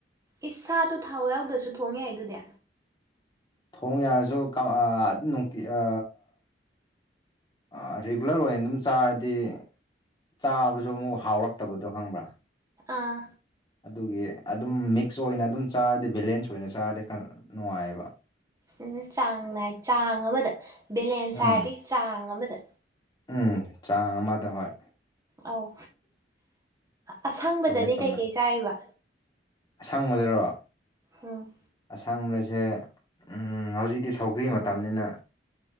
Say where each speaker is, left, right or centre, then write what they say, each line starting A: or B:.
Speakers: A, on the right; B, on the left.
A: ꯏꯁ ꯁꯥꯗꯣ ꯊꯥꯎ ꯌꯥꯎꯗ꯭ꯔꯁꯨ ꯊꯣꯡ ꯌꯥꯏ ꯗꯨꯗꯤ
B: ꯊꯣꯡ ꯌꯥꯔꯖꯨ ꯀꯥ ꯑ ꯑꯗꯨꯝ ꯅꯨꯡꯇꯤ ꯑ ꯑꯥ ꯔꯤꯒꯨꯂꯔ ꯑꯣꯏꯅ ꯑꯗꯨꯝ ꯆꯥꯔꯗꯤ ꯆꯥꯕꯁꯨ ꯑꯃꯨꯛ ꯍꯥꯎꯔꯛꯇꯕꯗꯣ ꯈꯪꯕ꯭ꯔꯥ
A: ꯑꯥ
B: ꯑꯗꯨꯒꯤ ꯑꯗꯨꯝ ꯃꯤꯛꯁ ꯑꯣꯏꯅ ꯑꯗꯨꯝ ꯆꯥꯔꯗꯤ ꯕꯦꯂꯦꯟꯁ ꯑꯣꯏꯅ ꯆꯥꯔꯗꯤ ꯈꯔ ꯅꯨꯡꯉꯥꯏꯌꯦꯕ
A: ꯎꯝ ꯆꯥꯡ ꯅꯥꯏ ꯆꯥꯡ ꯑꯃꯗ ꯕꯦꯂꯦꯟꯁ
B: ꯎꯝ
A: ꯍꯥꯏꯔꯗꯤ ꯆꯥꯡ ꯑꯃꯗ
B: ꯎꯝ ꯆꯥꯡ ꯑꯃꯗ ꯍꯣꯏ
A: ꯑꯧ ꯑꯁꯪꯕꯗꯗꯤ
B: ꯆꯨꯝꯃꯦ ꯆꯨꯝꯃꯦ
A: ꯀꯩ ꯀꯩ ꯆꯥꯏꯕ
B: ꯑꯁꯪꯕꯗꯔꯣ
A: ꯎꯝ
B: ꯑꯁꯪꯕꯁꯦ ꯎꯝ ꯍꯧꯖꯤꯛꯇꯤ ꯁꯧꯒ꯭ꯔꯤ ꯃꯇꯝꯅꯤꯅ